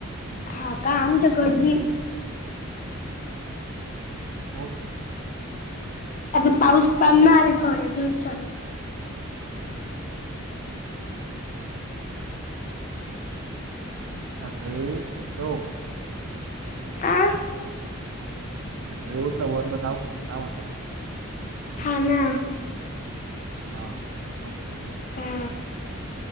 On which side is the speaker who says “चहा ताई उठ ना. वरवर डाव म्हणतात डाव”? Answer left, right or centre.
Right